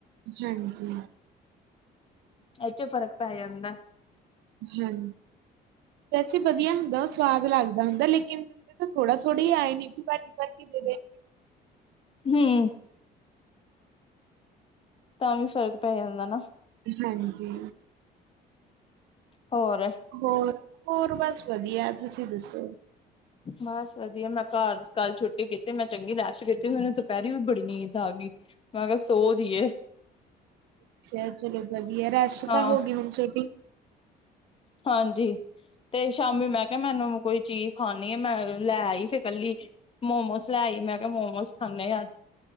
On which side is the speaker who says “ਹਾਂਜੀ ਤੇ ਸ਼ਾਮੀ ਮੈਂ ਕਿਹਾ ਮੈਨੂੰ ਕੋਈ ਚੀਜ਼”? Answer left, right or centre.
Left